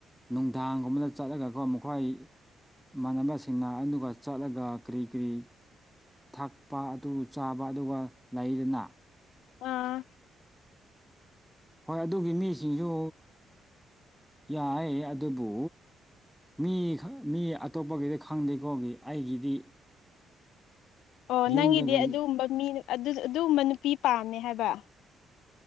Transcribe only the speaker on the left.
ꯑꯥ
ꯑꯣ
ꯅꯪꯒꯤꯗꯤ ꯑꯗꯨꯒꯨꯝꯕ ꯃꯤ ꯑꯗꯨ ꯑꯗꯨꯒꯨꯝꯕ ꯅꯨꯄꯤ ꯄꯥꯝꯃꯦ ꯍꯥꯏꯕ